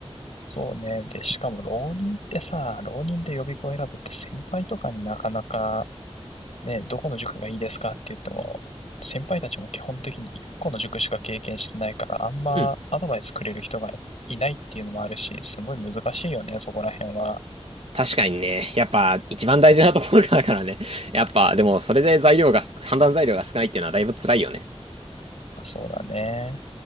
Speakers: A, on the left (about 80°); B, on the right (about 65°).
A: そうね。で、しかも浪人ってさ、浪人で予備校選ぶって先輩とかになかなかね、どこの塾がいいですかって言っても、先輩たちも基本的に1個の塾しか経験してないから、あんまアドバイスくれる人がいないっていうのもあるし、
B: うん。
A: すごい難しいよね、そこら辺は。
B: 確かにね、やっぱ一番大事なところだからね。やっぱ、でもそれで材料がす、判断材料が少ないっていうのはだいぶ辛いよね。
A: そうだね。